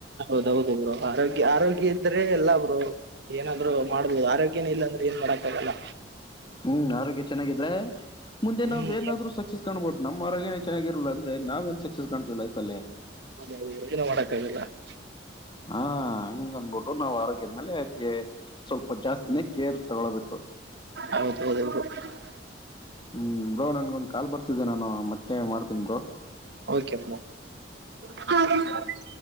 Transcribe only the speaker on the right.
ಹೌದೌದು ಬ್ರೋ ಆರೋಗ್ಯ ಆರೋಗ್ಯ ಇದ್ರೆ ಎಲ್ಲ ಬ್ರೋ. ಏನಾದ್ರು ಮಾಡ್ಬೋದು ಆರೋಗ್ಯನೇ ಇಲ್ಲ ಅಂದ್ರೆ ಏನ್ ಮಾಡಕ್ಕ ಆಗಲ್ಲ.
ಹ್ಮ್
ಹೌದು ಯೋಜನ ಮಾಡಕ್ಕ ಆಲ್ಲ? <unintelligible>
ಹೌದು ಹೌದು ಇವರು. <unintelligible>
ಕಓಕೆ ಬ್ರೋ. <unintelligible>